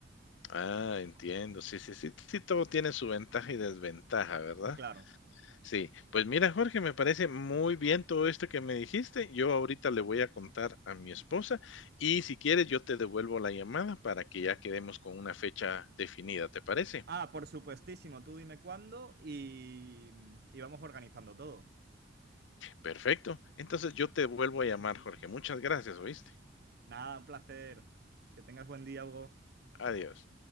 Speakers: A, on the left; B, on the right.
A: Ah, entiendo. Sí, sí, sí, sí, todo tiene su ventaja y desventaja, ¿verdad?
B: Claro.
A: Sí, pues mira, Jorge, me parece muy bien todo esto que me dijiste. Yo ahorita le voy a contar a mi esposa y si quieres yo te devuelvo la llamada para que ya quedemos con una fecha definida, ¿te parece?
B: Ah, por supuestísimo, tú dime cuándo y, y vamos organizando todo.
A: Perfecto. Entonces yo te vuelvo a llamar, Jorge. Muchas gracias, ¿oíste?
B: Nada, un placer. Que tengas buen día, Hugo.
A: Adiós.